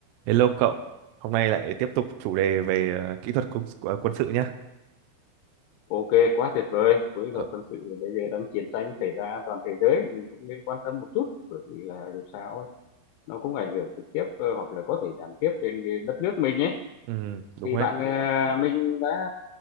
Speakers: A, on the right; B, on the left.
A: Hello cậu, hôm nay lại tiếp tục chủ đề về ờ, kỹ thuật quân, ờ, quân sự nhá.
B: Ok, quá tuyệt vời. Với
A: Ờ,
B: luật quân sự bây giờ đang chiến tranh xảy ra toàn thế giới, mình cũng nên quan tâm một chút bởi vì là dù sao ấy, nó cũng ảnh hưởng trực tiếp ờ, hoặc là có thể gián tiếp đến cái đất nước mình ấy.
A: ừm, đúng
B: Thì
A: đấy.
B: bạn ờ, mình đã